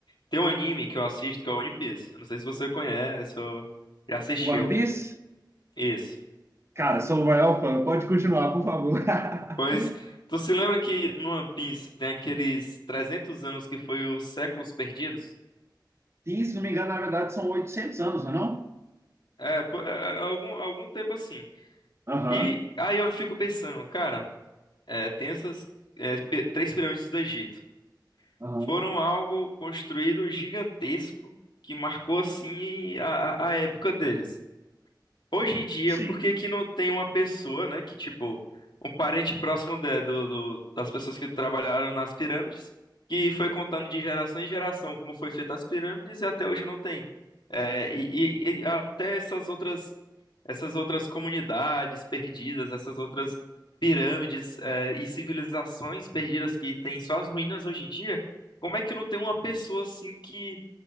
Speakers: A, on the left (about 75°); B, on the right (about 35°).
A: tem um anime que eu assisto que é o One Piece. Eu Não sei se você conhece ou já assistiu.
B: One Piece,
A: Isso.
B: cara, sou o maior fã. Pode continuar, por favor. <laughs>
A: Pois, tu se lembra que no One Piece tem aqueles 300 anos que foi os séculos perdidos?
B: E, se não me engano, na verdade, são 800 anos, não é não?
A: É, pô, é, é, algum, algum tempo assim.
B: Aham,
A: E aí eu fico pensando, cara, é, tem essas é, pi- três pirâmides do Egito.
B: aham,
A: Foram algo construído gigantesco que marcou assim a, a a época deles. Hoje em dia,
B: sim.
A: por que que não tem uma pessoa, né, que tipo, um parente próximo da- do, do- das pessoas que trabalharam nas pirâmides, que foi contando de geração em geração como foi feita as pirâmides e até hoje não tem. É, e, e- e até essas outras, essas outras comunidades perdidas, essas outras pirâmides, é, e civilizações perdidas que tem só as ruínas hoje em dia, como é que não tem uma pessoa assim que